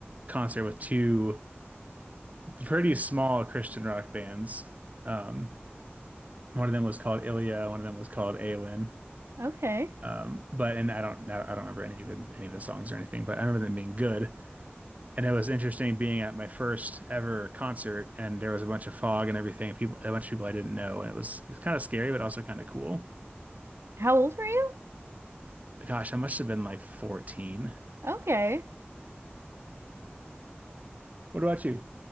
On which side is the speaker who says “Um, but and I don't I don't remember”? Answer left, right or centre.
Right